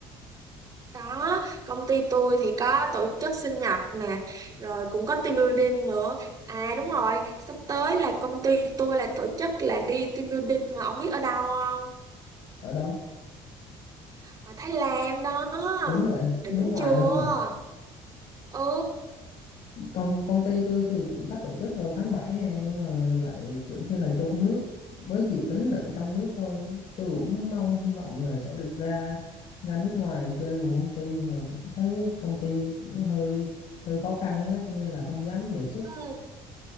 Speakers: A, on the right (about 35°); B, on the left (about 65°).
A: Có, công ty tôi thì có tổ chức sinh nhật nè, rồi cũng có team building nữa. À đúng rồi, sắp tới là công ty tôi là tổ chức là đi team building mà ông biết ở đâu không?
B: ở đâu
A: Ở Thái Lan đó.
B: hướng vậy
A: Đỉnh
B: nước ngoài
A: chưa?
B: luôn à
A: Ừ.
B: còn công ty tôi thì cũng sắp tổ chức vào tháng 7 này nhưng mà lại kiểu như là trong nước mới dự tính là ở trong nước thôi tôi cũng mong hy vọng là sẽ được ra ra nước ngoài chơi cùng công ty mà thấy công ty cũng hơi hơi khó khăn á cho nên là không dám đề xuất
A: Ừ.